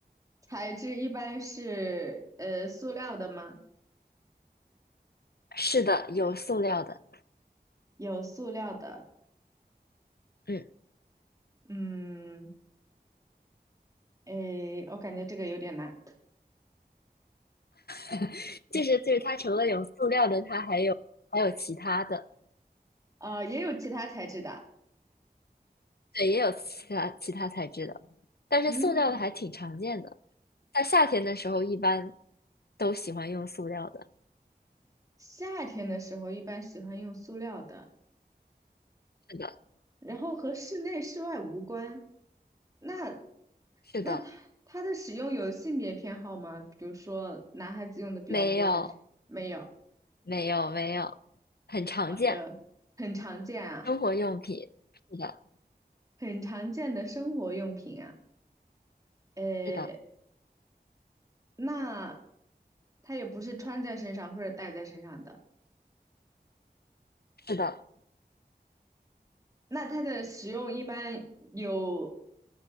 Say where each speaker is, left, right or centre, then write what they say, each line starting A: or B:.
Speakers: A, on the right; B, on the left.
A: 材质一般是呃塑料的吗？
B: 是的，有塑料的，
A: 有塑料的，
B: 嗯，
A: 嗯，诶，我感觉这个有点难，
B: <laughs> 就是就是它除了有塑料的，它还有还有其他的，
A: 呃，也有其他材质的，
B: 对，也有其他其他材质的，但是塑料的还挺常见的。
A: 嗯，
B: 在夏天的时候一般都喜欢用塑料的。
A: 夏天的时候一般喜欢用塑料的，
B: 是的，
A: 然后和室内室外无关，那
B: 是的，
A: 那它它的使用有性别偏好吗？比如说男孩子用的比较多还是没有？
B: 没有，没有，没有，很常见。
A: 好的，很常见啊，
B: 生活用品，是的，
A: 很常见的生活用品啊。呃，
B: 是的，
A: 那它也不是穿在身上或者戴在身上的。
B: 是的。
A: 那它的使用一般有